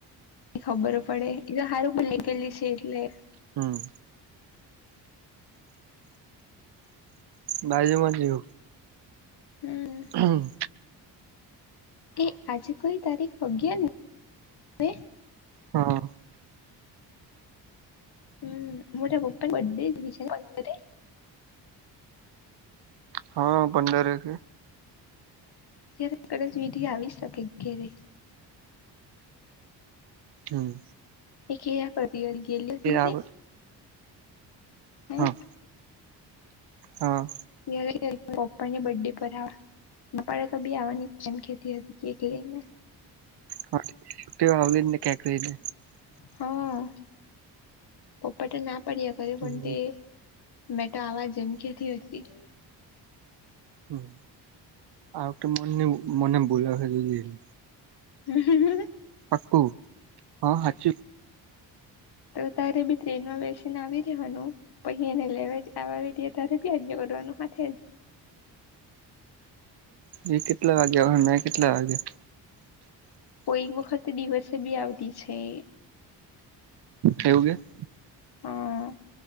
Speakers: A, on the left (about 55°); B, on the right (about 60°).
A: ખબરો પડે એ તો સારું ભ લ ગલી છે, એટલે
B: હમ્મ ભાઈજ મજવુ
A: હમ
B: હમ્મ
A: એ આજે કોઈ તારીખ અગયા ને
B: હા
A: હમ, મોટા પપ્પા બ ડે
B: હા, પંડરે કે
A: જ્યારે, કદાચ વિધિ આવી શકે ઘરે
B: હમ્મ
A: એ કેયા કરતી ગેલી, ત તે
B: આવ
A: હમ્મ
B: હા હા.
A: ત્યારે પપ્પા ની બર્ ડે પર બાળક બી આવવાની કેમ કેતી હતી, કે કે જઈને.
B: હા છ, આવ ને ક્યાંકઈને
A: હા પપ્પાટ ના પાડ્યા ખરે
B: હમ
A: પણ તે. મેં તો આવાજ જેમ કેતી હતી.
B: હમ એક તો મનને મને બશે જધ
A: હમ્મ
B: પાક હા હાચ.
A: તો તારે બી ટ્રેનમાં બેસીને આવી રવાનુ પછ, એને લેવા ર ત્યારે બ્યાજ કરવાનું હ જ
B: એ કેટલા વાગ્યા હ કેટલા વાગે
A: કો એક વખત દિવસે બી આવતી છે.
B: એવું કે <unintelligible>
A: હા